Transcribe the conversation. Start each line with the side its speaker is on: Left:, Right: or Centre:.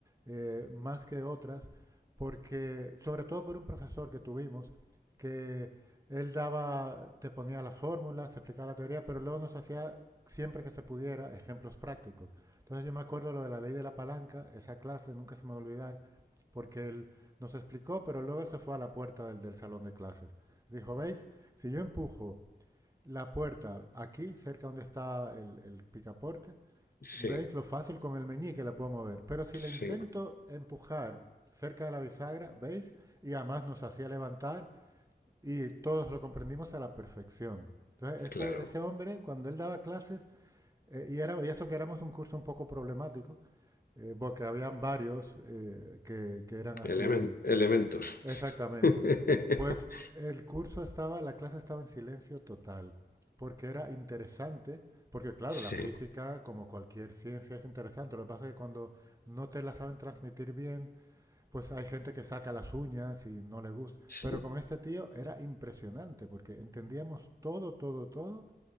Right: eh, más que otras, porque, sobre todo por un profesor que tuvimos, que él daba, te ponía las fórmulas, te explicaba la teoría, pero luego nos hacía, siempre que se pudiera, ejemplos prácticos. Entonces yo me acuerdo lo de la ley de la palanca, esa clase nunca se me va a olvidar, porque él nos explicó, pero luego él se fue a la puerta del, del salón de clases. Dijo, ¿veis? Si yo empujo la puerta aquí, cerca donde está el, el picaporte,
Left: Sí,
Right: veis lo fácil con el meñique la puedo mover. Pero si
Left: sí,
Right: la intento empujar cerca de la bisagra, ¿veis? Y además nos hacía levantar y todos lo comprendimos a la perfección. Entonces, ese,
Left: claro.
Right: ese hombre, cuando él daba clases, eh, y, era, y esto que éramos un curso un poco problemático, eh, porque habían varios eh, que, que, eran así
Left: Elemen- elementos.
Right: Exactamente.
Left: <laughs>
Right: Pues el curso estaba, la clase estaba en silencio total, porque era interesante, porque claro,
Left: Sí,
Right: la física, como cualquier ciencia, es interesante. Lo que pasa es que cuando no te la saben transmitir bien, pues hay gente que saca las uñas y no le gusta.
Left: sí,
Right: Pero con este tío era impresionante, porque entendíamos todo, todo, todo,